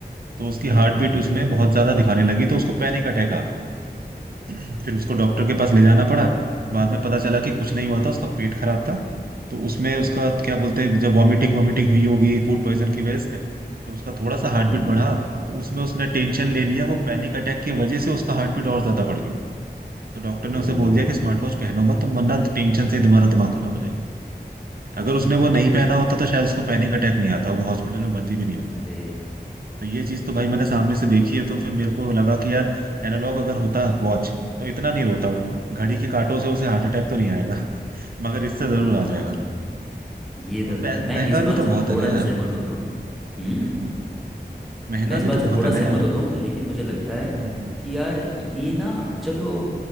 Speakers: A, on the right; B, in the centre.
A: तो उसकी हार्ट
B: हम्म
A: बीट उसमें बहुत ज्यादा दिखाने लगी तो उसको पैनिक अटैक आ गया फिर उसको डॉक्टर के
B: हम्म
A: पास ले जाना पड़ा बाद में पता चला कि कुछ नहीं हुआ था उसका पेट खराब था तो उसमें उसका क्या बोलते हैं जब वॉमिटिंग वॉमिटिंग हुई होगी फूड पॉइजन की वजह से तो उसका थोड़ा सा हार्ट
B: हम्म,
A: बीट बढ़ा तो उसमें उसने टेंशन ले लिया वो पैनिक अटैक की वजह से उसका हार्ट बीट और ज्यादा बढ़ गया तो डॉक्टर
B: ओ
A: ने उसे बोल दिया कि स्मार्ट वॉच पहनो मत तुम वरना टेंशन से तुम्हारा दिमाग खराब हो जाएगा अगर
B: <laughs>
A: उसने वो नहीं पहना होता तो शायद उसको पैनिक अटैक नहीं आता वो हॉस्पिटल में भर्ती भी नहीं होता
B: अरे
A: तो ये चीज तो भाई मैंने सामने से देखी है तो फिर मेरे को लगा कि यार एनालॉग अगर होता वॉच तो इतना नहीं रोता वो घड़ी के कांटों से उसे हार्ट अटैक तो नहीं आएगा <laughs> मगर इससे जरूर
B: हाँ
A: आ जाएगा
B: ये तो
A: और
B: है
A: पै-
B: मैं
A: महंगा
B: इस बात
A: भी तो
B: से
A: बहुत
B: थोड़ा
A: है ना
B: सा
A: यार
B: सहमत होता हूँ हम्म?
A: हम्म महंगा
B: मैं इस
A: भी
B: बात
A: तो बहुत
B: से थोड़ा
A: है ना
B: सहमत
A: यार
B: होता हूँ लेकिन मुझे लगता है
A: हम्म हम्म,
B: कि यार ये ना चलो